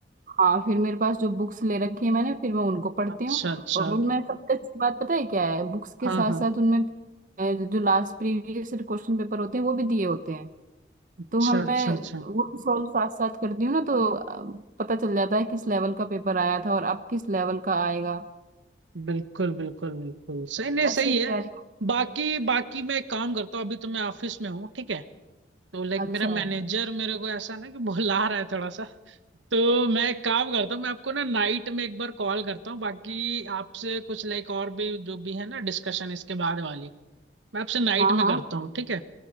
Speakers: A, on the right; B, on the right.
A: हाँ फिर मेरे पास जो बुक्स ले रखी है मैंने फिर मैं उनको पढ़ती
B: अच्छा
A: हूँ
B: अच्छा
A: और उनमें सबसे अच्छी बात पता है क्या है बुक्स के
B: हाँ
A: साथ
B: हाँ
A: साथ उनमें अ, जो लास्ट प्रीवियस क्वेश्चन पेपर होते हैं वो भी दिए होते हैं
B: अच्छा
A: तो हमें
B: अच्छा अच्छा
A: वो सॉल्व साथ साथ करती हूँ ना तो अ, पता चल जाता है किस लेवल का पेपर आया था और अब किस लेवल का आएगा
B: बिल्कुल बिल्कुल बिल्कुल सही नहीं
A: ऐसे
B: सही
A: तैयारी
B: है बाकी बाकी मैं एक काम करता हूँ अभी तो मैं ऑफिस में हूँ ठीक है तो लाइक
A: अच्छा
B: मेरा मैनेजर मेरे को ऐसा ना कि बुला रहा है थोड़ा सा तो मैं एक काम करता हूँ मैं आपको ना नाइट में एक बार कॉल करता हूँ बाकी आपसे कुछ लाइक और भी जो भी है ना डिस्कशन इसके बाद वाली मैं आपसे नाइट
A: हाँ
B: में
A: हाँ
B: करता हूँ ठीक है